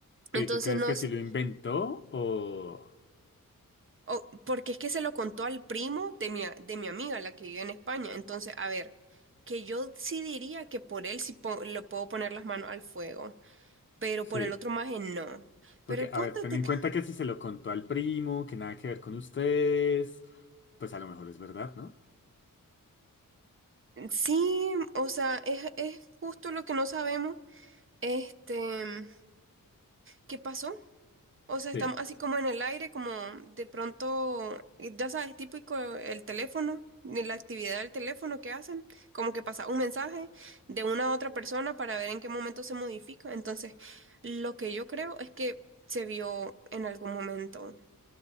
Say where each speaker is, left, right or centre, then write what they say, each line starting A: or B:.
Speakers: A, on the left (about 35°); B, on the right (about 40°).
A: y
B: Entonces
A: tú crees
B: no
A: que sí
B: sé,
A: lo inventó o...?
B: o- porque es que se lo contó al primo de mi, a- de mi amiga, la que vive en España. Entonces, a ver, que yo sí diría que por él sí po- le puedo poner las manos al fuego. pero
A: Sí.
B: por el otro maje no.
A: Porque,
B: Pero el punto
A: a ver, ten
B: es de
A: en
B: que
A: cuenta que si se lo contó al primo, que nada que ver con ustedes, pues a lo mejor es verdad, ¿no?
B: sí, o sea, es, es justo lo que no sabemos, este, qué pasó. O sea, estamos
A: Sí.
B: así como en el aire, como de pronto, ya sabes, típico el teléfono, de la actividad del teléfono que hacen, como que pasa un mensaje de una a otra persona para ver en qué momento se modifica. Entonces, lo que yo creo es que se vio en algún momento